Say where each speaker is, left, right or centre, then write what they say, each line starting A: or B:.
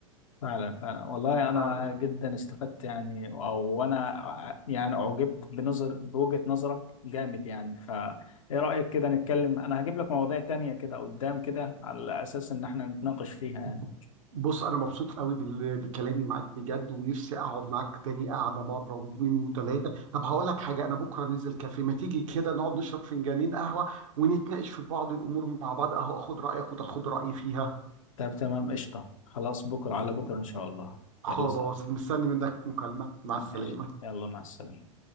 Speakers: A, on the left (about 80°); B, on the right (about 75°).
A: فعلا فعلا والله انا
B: ايه
A: جدا استفدت يعني او انا يعني اعجبت بنظر بوجهة نظرك جامد يعني فايه رأيك كده نتكلم انا هجيب لك مواضيع تانية كده قدام كده على اساس ان احنا نتناقش فيها يعني
B: ب- بص انا مبسوط قوي بال- بكلامي معاك بجد ونفسي اقعد معاك تاني قعده مره واثنين وثلاثه طب هقول لك حاجه انا بكره نزل كافيه ما تيجي كده نقعد نشرب فنجانين قهوه ونتناقش في بعض الامور مع بعض اهو اخد رايك وتاخد رايي فيها
A: طب تمام قشطة خلاص بكرة على
B: م-
A: بكرة ان شاء الله
B: خلاص
A: يلا سلام
B: مستني منك مكالمه مع السلامه
A: ماشي يلا مع السلامة